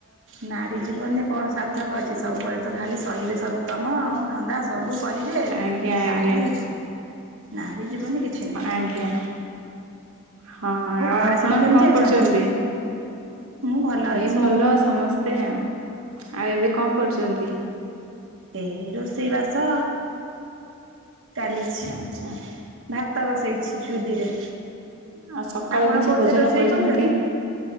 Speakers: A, on the right (about 60°); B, on the right (about 80°).
A: ନାରୀ ଜୀବନ ରେ କଣ ସାର୍ଥକ ଅଛି ସବୁବେଳେ ତ ଖାଲି ସହିବେ ସବୁ କାମ ଆଉ ଧନ୍ଦା ସବୁ କରିବେ
B: ଆଜ୍ଞା ଆଜ୍ଞା
A: ଲାଷ୍ଟକୁ କିଛି ନାହିଁ। ନାରୀ ଜୀବନରେ କିଛି ନାହିଁ।
B: ଆଜ୍ଞା ହଁ ଆଉ
A: ଘରେ
B: ଆପଣ
A: ସବୁ କେମିତି
B: କଣ
A: ଅଛନ୍ତି
B: କରୁଛନ୍ତି?
A: ମୁଁ ଭଲ ଅଛି
B: ଏଇ ଭଲ ସମସ୍ତେ ଆଉ ଆଉ ଏବେ କଣ କରୁଛନ୍ତି?
A: ଏଇ ରୋଷେଇ ବାସ ଚାଲିଛି
B: ଆଚ୍ଛା
A: ଭା ଭାତ ବସେଇଚି ଚୁଲିରେ।
B: ଆଉ ସକାଳୁ
A: ଆପଣ
B: କିଛି
A: କୋଉଥିରେ
B: ଭୋଜନ
A: ରୋଷେଇ
B: କରିଛନ୍ତି
A: କରୁଛନ୍ତି